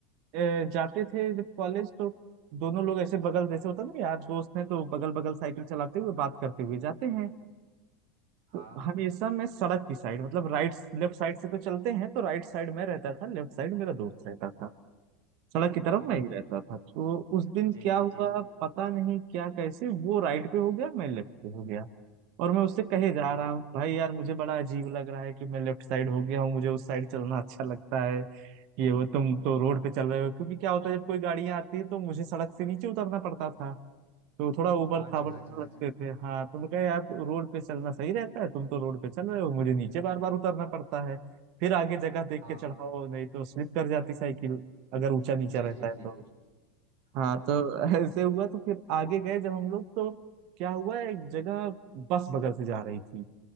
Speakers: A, on the right; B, on the right.
A: अ, जाते थे जब कॉलेज तो दोनों लोग ऐसे बगल जैसे होता ना यार दोस्त हैं तो बगल बगल साइकिल चलाते हुए बात करते हुए जाते हैं
B: हाँ
A: तो हमेशा मैं सड़क की साइड मतलब राइट लेफ्ट साइड से तो चलते हैं तो राइट साइड मैं रहता था लेफ्ट साइड मेरा दोस्त रहता था सड़क की तरफ
B: हाँ
A: मैं ही रहता था तो उस दिन
B: जी
A: क्या
B: जी
A: हुआ
B: जी
A: पता नहीं क्या कैसे वो राइट पे हो गया मैं लेफ्ट पे हो गया और मैं उससे कहे जा
B: हाँ
A: रहा हूँ भाई यार मुझे बड़ा अजीब लग रहा है कि मैं लेफ्ट साइड हो गया हूँ मुझे उस साइड चलना अच्छा लगता है ये वो तुम तो रोड पे चल रहे हो क्योंकि क्या होता है जब कोई गाड़ियां आती है तो मुझे सड़क से नीचे उतरना पड़ता था तो थोड़ा ऊबड़
B: हाँ
A: खाबड़
B: जी हाँ
A: से
B: जी हाँ
A: लगते
B: जी
A: थे हाँ तो मैं कहा यार तो रोड पे चलना सही रहता है तुम तो रोड पे चल रहे हो मुझे नीचे बार बार उतरना पड़ता है फिर आगे जगह
B: हाँ
A: देख के चढ़ाओ नहीं तो स्लिप कर जाती साइकिल अगर ऊंचा नीचा
B: जी
A: रहता
B: जी
A: है
B: जी
A: तो
B: हाँ
A: हाँ तो <laughs> ऐसे हुआ तो फिर आगे गए जब हम लोग तो क्या हुआ एक जगह बस बगल से जा रही थी